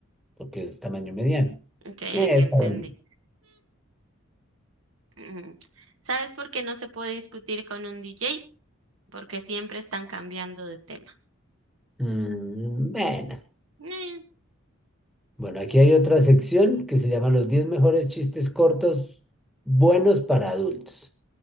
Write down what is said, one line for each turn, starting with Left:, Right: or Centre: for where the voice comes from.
Centre: porque es tamaño mediano.
Right: Sí,
Centre: Eh,
Right: sí entendí.
Centre: está bueno.
Right: Meh, ujú. ¿Sabes por qué no se puede discutir con un DJ? Porque siempre están cambiando de tema.
Centre: Mm, bueno.
Right: Eh,
Centre: Bueno, aquí hay otra sección que se llama Los 10 mejores chistes cortos buenos para adultos.